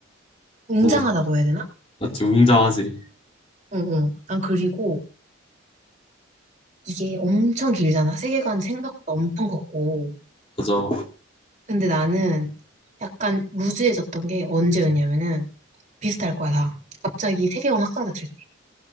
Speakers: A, on the right; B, on the left.
A: 웅장하다고
B: 음,
A: 해야 되나?
B: 맞지. 웅장하지.
A: 어, 어. 난 그리고, 이게 엄청 길잖아. 세계관 생각보다 엄청 컸고.
B: 맞아.
A: 근데 나는 약간 루즈해졌던 게 언제였냐면은 비슷할 거야, 다. 갑자기 세계관 확장됐을 때.